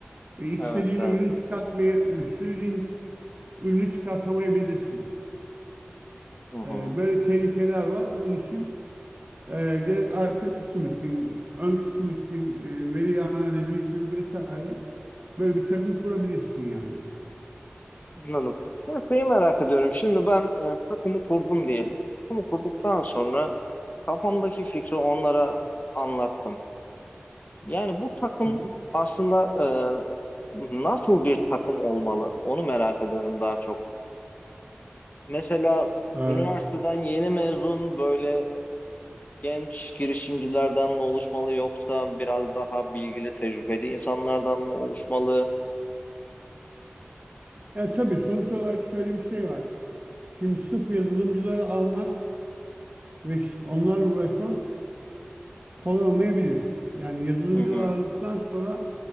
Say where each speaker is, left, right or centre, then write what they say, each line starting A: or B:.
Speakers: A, on the right (about 40°); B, on the left (about 40°).
A: Ve istediğin
B: Evet evet.
A: ürünü çıkartmaya, istediğin ürünü çıkartamayabilirsin.
B: Hı hı.
A: Ee, böyle tehlikeler var. Onun için e, gerek arka kısım için, ön kısım için, e, veri analizi için vesaire Böyle bir takım kurabilirsin yani.
B: Anladım. Ben şeyi merak ediyorum. Şimdi ben e, takımı kurdum diyelim. Takımı kurduktan sonra kafamdaki fikri onlara anlattım. Yani bu takım
A: Hı hı.
B: aslında e, nasıl bir takım olmalı? Onu merak ediyorum daha çok. Mesela
A: Ee,
B: üniversiteden yeni mezun böyle genç girişimcilerden mi oluşmalı yoksa biraz daha bilgili, tecrübeli insanlardan mı oluşmalı?
A: yani tabii sonuç olarak şöyle bir şey var. Şimdi sırf yazılımcıları almak ve ş- onlarla uğraşmak kolay olmayabilir. Yani yazılımcıları
B: Hı hı.
A: aldıktan sonra